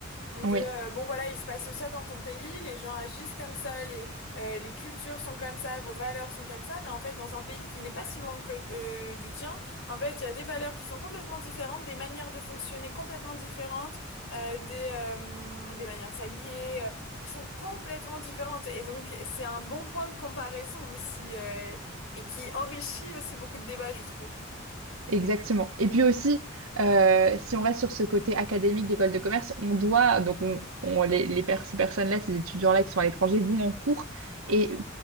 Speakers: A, on the left; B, on the right.
A: De,
B: Oui.
A: euh, bon voilà, il se passe ça dans ton pays, les gens agissent comme ça, les, euh, les cultures sont comme ça, vos valeurs sont comme ça, mais en fait dans un pays qui n'est pas si loin que le- euh, du tien, en fait il y a des valeurs qui sont complètement différentes, des manières de fonctionner complètement différentes, euh, des, euh, des manières de s'habiller euh, qui sont complètement différentes. Et donc c'est un bon point de comparaison aussi euh, et qui enrichit aussi beaucoup de débats, je trouve.
B: Exactement. Et puis aussi, euh, si on reste sur ce côté académique d'école de commerce, on doit, donc on, on- les, les per- ces personnes-là, ces étudiants-là qui sont à l'étranger vont en cours et